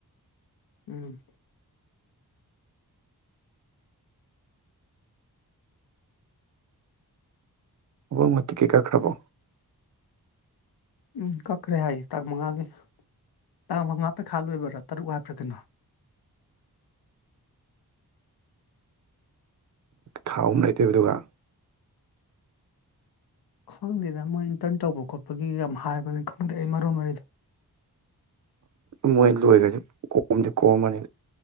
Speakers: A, on the left (about 75°); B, on the right (about 50°).
A: ꯎ
B: <unintelligible> ꯇꯤꯀꯦꯠ ꯀꯈꯔ꯭ꯕꯣ
A: ꯎꯝ ꯀꯠꯈ꯭ꯔꯦ ꯍꯥꯏꯌꯦ ꯇꯥꯉꯥ ꯃꯥꯉꯥꯒꯤ ꯇꯥꯉꯥ ꯃꯉꯥ ꯄꯩꯈꯥ ꯂꯧꯕ ꯇꯥꯔꯨꯛ ꯍꯥꯏꯕꯔ ꯀꯩꯅꯣ
B: ꯊꯥ ꯑꯍꯨꯝ ꯂꯩꯗꯣꯢꯕ ꯑꯗꯨꯒ
A: ꯈꯪꯗꯦꯗ ꯃꯣꯏ ꯑꯤꯟꯇ꯭ꯔꯟ ꯇꯧꯕ ꯈꯣꯠꯄꯒꯤ ꯋꯥꯝ ꯍꯥꯏꯕꯅꯦ ꯈꯪꯗꯦ ꯑꯩ ꯃꯔꯣꯟ ꯃꯔꯤꯗꯣ
B: ꯃꯣꯏ ꯂꯣꯏꯒ꯭ꯔꯗꯤ ꯄꯨꯀꯣꯝꯗꯤ ꯀꯣꯝꯃꯅꯤ